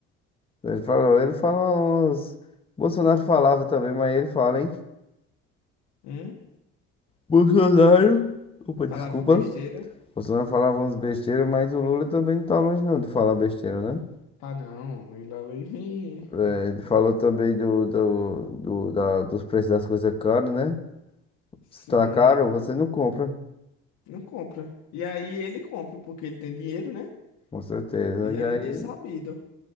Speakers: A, on the left (about 20°); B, on the left (about 75°).
A: Ele falou, ele falou, uns- Bolsonaro falava também, mas ele fala, hein?
B: hum?
A: Bolsonaro, opa,
B: Falava
A: desculpa.
B: besteira,
A: Bolsonaro falava uns besteiras, mas o Lula também não tá longe não de falar besteira, né?
B: tá não, ele ali. <laughs>
A: É, ele falou também do, do, do- da, dos preços das coisas caras, né?
B: Sim,
A: Se tá caro, você não compra,
B: não compra. E aí ele compra, porque ele tem dinheiro, né?
A: com certeza.
B: Ele
A: E
B: é
A: aí,
B: muito é sabido.